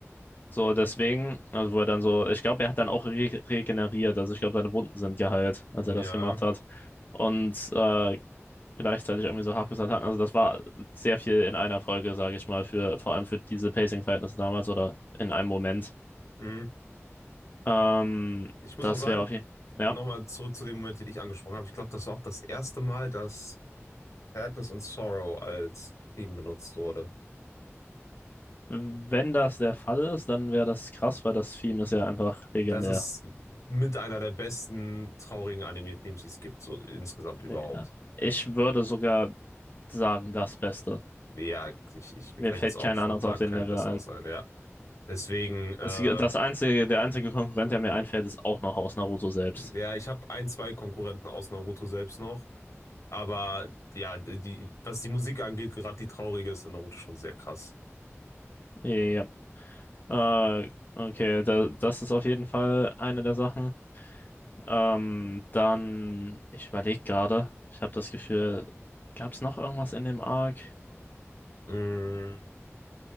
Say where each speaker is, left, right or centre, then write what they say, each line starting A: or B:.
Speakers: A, on the left (about 40°); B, on the left (about 85°).
A: So, deswegen, also wo er dann so, ich glaube, er hat dann auch re regeneriert, also ich glaube, seine Wunden sind geheilt, als
B: ja.
A: er das gemacht hat. Und äh, gleichzeitig irgendwie so Hakusattacken, also das war sehr viel in einer Folge, sage ich mal, für vor allem für diese Pacing-Verhältnisse damals oder in einem Moment.
B: Hm.
A: Ähm,
B: Ich muss
A: das
B: auch sagen,
A: wäre auf jeden Fall,
B: nochmal
A: ja,
B: zurück zu dem Moment, den ich angesprochen habe. Ich glaube, das war auch das erste Mal, dass Sadness and Sorrow als Theme benutzt wurde.
A: wenn das der Fall ist, dann wäre das krass, weil das Theme ist ja einfach legendär.
B: Das ist mit einer der besten traurigen Anime-Themes, die es gibt, so insgesamt überhaupt.
A: Ja. Ich würde sogar sagen, das Beste.
B: Ja, ich, ich, mir
A: Mir
B: fällt
A: fällt
B: jetzt auch
A: kein
B: spontan
A: anderes auf den
B: kein
A: Level
B: besseres
A: ein.
B: ein, ja. Deswegen, äh,
A: Das, das einzige, der einzige Konkurrent, der mir einfällt, ist auch noch aus Naruto selbst.
B: Ja, ich habe ein, zwei Konkurrenten aus Naruto selbst noch. Aber ja, die, was die Musik angeht, gerade die traurige ist in Naruto schon sehr krass.
A: Ja. Äh, okay, da, das ist auf jeden Fall eine der Sachen. Ähm, dann, ich überlege gerade, ich habe das Gefühl, gab es noch irgendwas in dem Arc?
B: Mm,